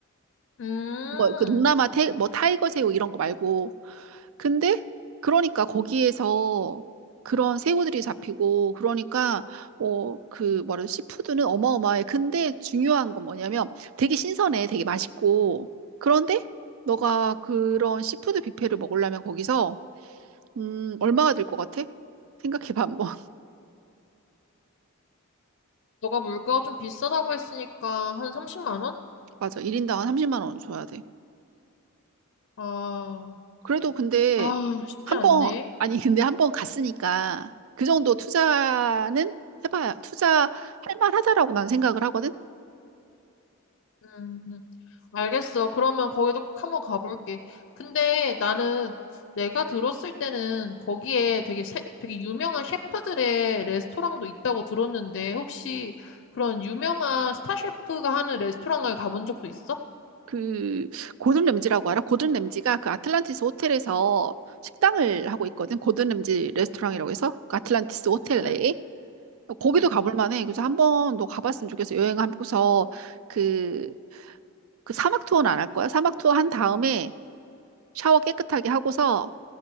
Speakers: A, on the left; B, on the right.
A: 음,
B: 뭐 그 동남아 태, 뭐 타이거 새우 이런 거 말고 근데 그러니까 거기에서 그런 새우들이 잡히고 그러니까 어 그 뭐래 시푸드는 어마어마해 근데 중요한 건 뭐냐면 되게 신선해 되게 맛있고 그런데 너가 그런 시푸드 뷔페를 먹으려면 거기서 음 얼마가 들 것 같아? 생각해봐 한번
A: 너가 물가가 좀 비싸다고 했으니까 한 30만 원?
B: <laughs> 맞아 1인당 한 30만 원 줘야 돼.
A: 아,
B: 그래도 근데
A: 아, 쉽지
B: 한
A: 않네.
B: 번, 아니, 근데 한 번 갔으니까 그 정도 투자는 해봐야, 투자할 만하다라고 난 생각을 하거든?
A: 음. 음. 알겠어. 그러면 거기도 꼭 한번 가볼게. 근데 나는 내가 들었을 때는 거기에 되게 세- 되게 유명한 셰프들의 레스토랑도 있다고 들었는데 혹시 그런 유명한 스타 셰프가 하는 레스토랑을 가본 적도 있어?
B: 그, 고든 램지라고 알아? 고든 램지가 그 아틀란티스 호텔에서 식당을 하고 있거든? 고든 램지 레스토랑이라고 해서? 그 아틀란티스 호텔
A: 응,
B: 내에? 거기도
A: 응,
B: 가볼 만해. 그래서 한 번 너 가봤으면 좋겠어. 여행하고서 그, 그 사막 투어는 안 할 거야. 사막 투어 한 다음에 샤워 깨끗하게 하고서